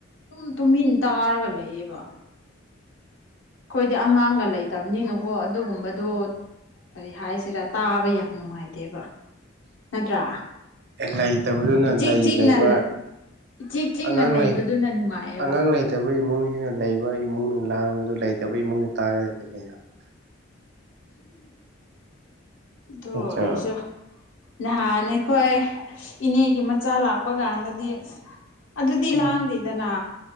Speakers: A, on the left; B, on the right.
A: ꯇꯨꯝ ꯇꯨꯝꯃꯤꯟ ꯇꯥꯔꯒ ꯂꯩꯌꯦꯕ ꯑꯩꯈꯣꯏꯗꯤ ꯑꯉꯥꯡꯒ ꯂꯩꯇꯕꯅꯤꯅꯀꯣ ꯑꯗꯨꯒꯨꯝꯕꯗꯨ ꯀꯔꯤ ꯍꯥꯏꯁꯤꯔ ꯇꯥꯕ ꯌꯥꯝ ꯅꯨꯡꯉꯥꯏꯇꯦꯕ ꯅꯠꯇ꯭ꯔꯥ
B: ꯂꯩꯇꯕꯗꯨꯅ
A: ꯏꯆꯤꯛ
B: ꯂꯩ
A: ꯆꯤꯛꯅ
B: ꯂꯩꯕ
A: ꯂꯩ ꯏꯆꯤꯛ ꯆꯤꯛꯅ
B: ꯑꯉꯥꯡ
A: ꯂꯩꯕꯗꯨꯅ
B: ꯂꯩ
A: ꯅꯨꯡꯉꯥꯏꯌꯦꯕ
B: ꯑꯉꯥꯡ ꯂꯩꯇꯕ ꯏꯃꯨꯡꯁꯤꯅ ꯂꯩꯕ ꯏꯃꯨꯡꯅ ꯂꯥꯡꯕꯗꯨ ꯂꯩꯇꯕ ꯏꯃꯨꯡꯅ ꯇꯥꯒꯗꯕꯅꯤ ꯀꯩꯅꯣ
A: ꯑꯗꯨ
B: ꯅꯠꯇ꯭ꯔꯣ
A: ꯍꯁꯨ ꯅꯍꯥꯟ ꯑꯩꯈꯣꯏ ꯏꯅꯦꯒꯤ ꯃꯆꯥ ꯂꯥꯛꯄ ꯀꯥꯟꯗꯗꯤ ꯑꯗꯨꯗꯤ
B: ꯎꯝ
A: ꯂꯥꯡꯗꯦꯗꯅ